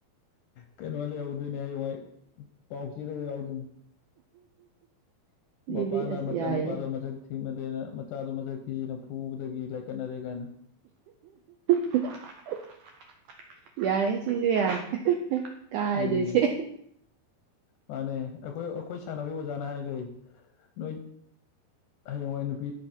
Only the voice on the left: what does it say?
ꯀꯩꯅꯣ ꯂꯩꯍꯧꯗꯣꯏꯅꯦ ꯍꯌꯦꯡꯋꯥꯏ ꯄꯥꯎ ꯆꯦꯗꯒ ꯌꯥꯎꯗꯣꯏꯅꯤ
ꯃꯄꯥꯅ
ꯃꯆꯥ
ꯅꯨꯨꯄꯥꯗꯣ ꯃꯁꯛ ꯊꯤꯃꯜꯂꯦꯅ ꯃꯆꯥꯗꯣ ꯃꯁꯛ ꯊꯤꯅ ꯐꯨꯕꯗꯒꯤ ꯂꯥꯏꯀꯠꯅꯔꯦ ꯀꯥꯏꯅ
ꯎꯝ ꯃꯥꯅꯦ ꯑꯩꯈꯣꯏ ꯑꯩꯈꯣꯏ ꯁꯥꯟꯅꯕꯒꯤ ꯑꯣꯖꯥꯅ ꯍꯥꯏꯔꯛꯌꯦ ꯅꯣꯏ ꯍꯌꯦꯡꯋꯥꯏ ꯅꯨꯄꯤ